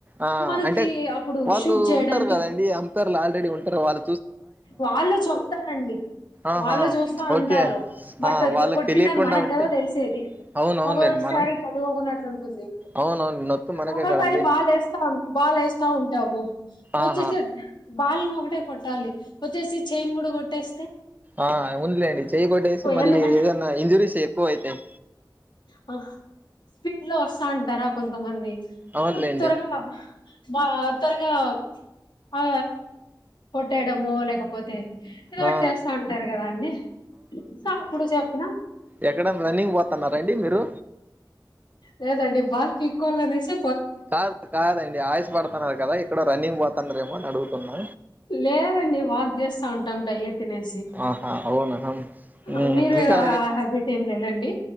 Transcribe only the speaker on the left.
మనకి
అప్పుడు
షూట్ చేయడానికి
వాళ్ళు చెప్పారండి
వాళ్ళు చూస్తా
ఉంటారు బట్
త్ కొట్టిండని
మనగ్గదా
తెలిసేది
ఒగొట్సారి
తెలుగోగుంట అట్ల
ఒకోసారి
బాల్ లెస్తా ఉన్ బాలెస్తా ఉంటాము
ఒచ్చేసి బాల్నొకటే కొట్టాలి ఒచ్చేసి చైన్ గుడా గొట్టేస్తే
ఎందుకంటే
హా స్పీడ్ లో ఒస్తాఉంటారా కొంతమంది
త్ త్వరగా బా త్వరగా ఆ కొట్టేయడము లేకపోతే ఏదోటి
చేస్తా ఉంటారు గదా అండి సో అప్పుడు చెప్పినా
లేదండి బల్ పీక్కోవలనేసి
లేదండి వాక్ జేస్తా ఉంటాం డైలీ తినేసి
హా మీరె
ఆ హ్యాబిట్ ఏం లేదండి